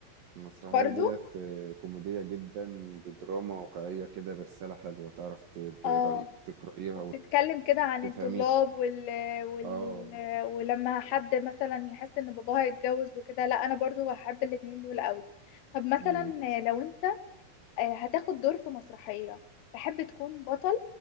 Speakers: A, on the right (about 65°); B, on the left (about 80°).
A: المسرحية
B: برضو
A: ديت آه، كوميدية جدا بدراما واقعية كده برسالة حلوة تعرف ت- تقرأي
B: اه
A: تقرأيها
B: وبتتكلم كده عن
A: وتفهميها
B: الطلاب وال... وال...
A: اه
B: ولما حد مثلا يحس ان باباه هيتجوز وكده لا انا برضو هحب الاتنين دول قوي طب مثلا
A: مم.
B: لو انت آه، هتاخد دور في مسرحية تحب تكون بطل